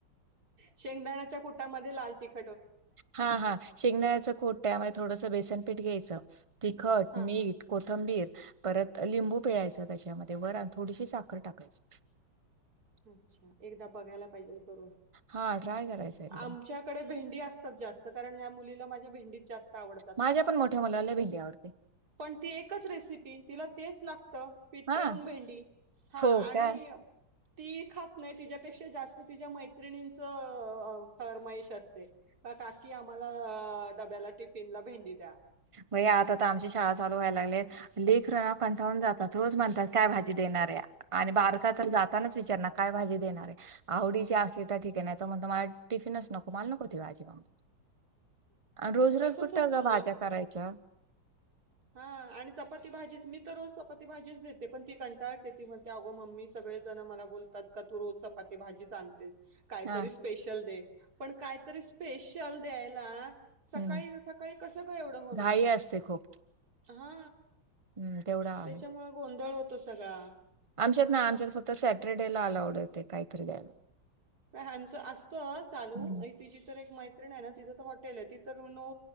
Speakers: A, on the right; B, on the right.
A: शेंगदाणाच्या कुटामध्ये लाल तिख
B: हा हा शेंगदाळ्याचं कोट त्यामुळे थोडस बेसनपीठ घ्यायचं तिखट
A: हां,
B: मीठ कोथंबीर परत लिंबू पिळायचं त्याच्यामध्ये वर आणि थोडीशी साखर टाकायची
A: अच्छा एकदा बघायला पाहिजे करून
B: हा ट्राय करायचं एकदम
A: आमच्या डे भेंडी असतात जास्त कारण ह्या मुलीला माझ्या भेंडीत जास्त आवडतात
B: माझ्या
A: ना.
B: पण मोठ्या मुलाले भेंडी आवडते
A: पण ती एकच रेसिपी तिला तेच लागतं पीठ
B: हा
A: पेरून भेंडी हां
B: हो
A: आणि
B: काय
A: ती खात नाही तिच्यापेक्षा जास्त तिच्या मैत्रिणींच फमयश असते का काकी आम्हाला डब्याला टिफिनला भेंडी द्या
B: मग आता ता आमची शाळा चालू व्हायला लागले लेकररा ना कंटाळुन जातात रोज म्हणतात काय भाजी देणारऱ्या आणि बारका तर जातानाच विचारणार काय भाजी देणारे आहडीची असली तर ठीिके आहे नाही तर मग तम्हाला टिफिन असच नको मल नकों आजी मग रोज
A: तसंच
B: रोज कुठे
A: होतं
B: ग भाज्या करायच्या
A: हा आणि चपाती भाजीच मी तर रोज चपाती भाजीच देते पण ती कंटाळते ती म्ह अगो मम्मी सगळे जण मला बोलतात का तू रोज चपाती भाजी चालतेस काहीतरी
B: हा.
A: स्पेशल दे पण काहीतरी स्पेशल द्यायला सकाळी
B: हम्म.
A: सकाळी कस का एवढ होणार
B: घाई असते खूप
A: हा
B: हम्म, तेवढं आहे
A: त्याच्यामु गोंधळ होतो सगळा
B: आमच्यात ना आमच्यात फक्त सॅटरडेला अलाउड येते काहीतरी द्यायला
A: आमचं असत चालू
B: हम्म.
A: तिची तर एक माहि नाही ना तिचं तर हॉटेल आहे तिथ तरो